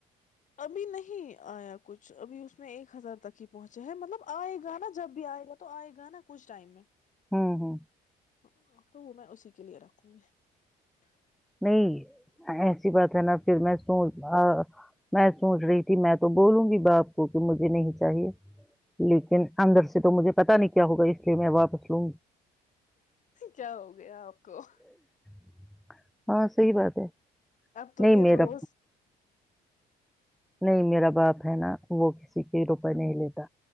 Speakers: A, on the left (about 50°); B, in the centre.
A: ابھی نہیں آیا کچھ ابھی اس میں ایک ہزار تک ہی پہنچے ہے مطلب آئے گا نا جب بھی آئے گا تو آئے گا نا کچھ ٹائم میں <unintelligible>
B: ہوں ہوں <unintelligible>
A: ہ تو وہ میں اسی کے لیے رکھوں گی <unintelligible>
B: نہیں ایسی بات ہے نا پھر میں سوچ میں سوچ رہی تھی میں تو بولوں گی باپ کو کہ مجھے نہیں چاہیے لیکن اندر سے تو مجھے پتا نہیں کیا ہوگا اس لیے میں واپس لوں گ
A: کیا ہو گیا آپ کو <unintelligible>
B: <inaudible> <unintelligible> ہاں صحی بات ہے <unintelligible>
A: اب تو
B: نہیں
A: یہ
B: میرا
A: روز <unintelligible>
B: نہیں میرا باپ ہے نا وہ کسی کے روپئے نہیں لیتا